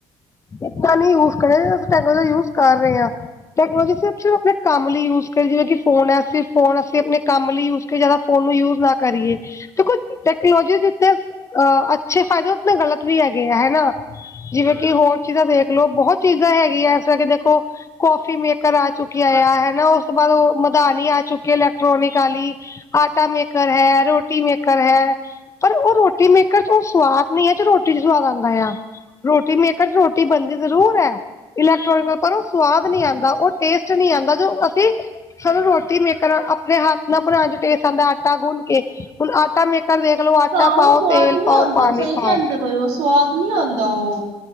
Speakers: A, on the left; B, on the right.
A: ਇਤਨਾ ਨੀ ਯੂਸ ਕਰਨਾ ਚਾਈਦਾ, ਅਸੀਂ ਟੈਕਨੋਲੋਜੀ ਯੂਸ ਕਰ ਰੇ ਆਂ, ਟੈਕਨੋਲੋਜੀ ਸਿਰਫ ਸਿ ਅਪਣੇ ਕੰਮ ਲਈ ਯੂਸ ਕਰੀਏ, ਜਿਵੇਂ ਕਿ ਫੋਨ ਐ ਅਸੀਂ ਫੋਨ ਅਸੀਂ ਅਪਣੇ ਕੰਮ ਲਈ ਯੂਸ ਕਰੀਏ। ਜੈਦਾ ਫੋਨ ਨੂੰ ਯੂਸ ਨਾ ਕਰੀਏ। ਦੇਖੋ ਟੈਕਨੋਲੋਜੀ ਜਿੱਤਣੇ ਅ ਅੱਛੇ ਫਾਇਦੇ ਉਤਨੇ ਗ਼ਲਤ ਵੀ ਹੈਗੇ ਐ ਹੈਨਾ। ਜਿਵੇਂ ਕਿ ਹੋਰ ਚੀਜ਼ਾਂ ਦੇਖਲੋ, ਬਹੋਤ ਚੀਜ਼ਾਂ ਹੈਗੀਆਂ ਐਸ ਤਰ੍ਹਾਂ ਕਿ ਦੇਖੋ ਕੌਫੀ ਮੇਕਰ ਆ ਚੁੱਕੇ ਇਆ ਆ ਹਨਾ ਓਸ ਤੋਂ ਬਾਦ ਓਹ ਮਦਾਨੀ ਆ ਚੁੱਕੀ ਐ ਇਲੈਕਟ੍ਰੋਨਿਕ ਆਲੀ। ਆਟਾ ਮੇਕਰ ਹੈ, ਰੋਟੀ ਮੇਕਰ ਹੈ। ਪਰ ਓਹ ਰੋਟੀ ਮੇਕਰ ਚ ਓਹ ਸਵਾਦ ਨੀ ਐ ਜੋ ਰੋਟੀ ਚ ਸਵਾਦ ਆੰਦਾ ਆ। ਰੋਟੀ ਮੇਕਰ ਚ ਰੋਟੀ ਬਣਦੀ ਜ਼ਰੂਰ ਐ, ਇਲੈਕਟ੍ਰੋਨਿਕ ਪਰ ਓਹ ਸਵਾਦ ਨੀ ਆਂਦਾ। ਓਹ ਟੇਸਟ ਟ ਨੀ ਆੰਦਾ ਜੋ ਅਸੀ ਸਾਨੂੰ ਰੋਟੀ ਮੇਕਰ ਅਪਣੇ ਹੱਥ ਨਾਲ ਬਣਾਣ ਚ ਟੇਸਟ ਆੰਦੈ ਆਟਾ ਗੁੰਨ ਕੇ। ਹੁਣ ਆਟਾ ਮੇਕ ਕਰ ਦੇਖ ਲੋ ਆਟਾ
B: ਹਾਂ ਉਹ
A: ਪਾਓ,
B: ਸਵਾਦ
A: ਤੇਲ
B: ਨੀ
A: ਪਾਓ,
B: ਆਉਂਦਾ
A: ਪਾਣੀ
B: ਸਹੀ
A: ਪਾਓ।
B: ਕਹਿੰਦੇ ਪਏ ਉਹ ਸਵਾਦ ਨੀ ਆਦਾ ਓ।